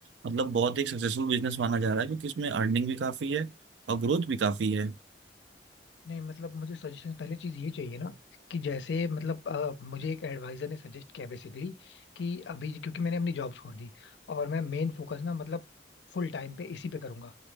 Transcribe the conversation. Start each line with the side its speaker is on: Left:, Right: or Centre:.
Right: मतलब बहुत एक सक्सेसफुल बिजनेस माना जा रहा है क्योंकि इसमें अर्निंग भी काफी है और ग्रोथ भी काफी है
Left: नहीं मतलब मुझे सजेशन पहले चीज ये चाहिए ना कि जैसे मतलब अ, मुझे एक एडवाइजर ने सजेस्ट किया बेसिकली कि अभी क्योंकि मैंने अपनी जॉब छोड़ दी और मैं मेन फोकस ना मतलब फुल टाइम पे इसी पे करूंगा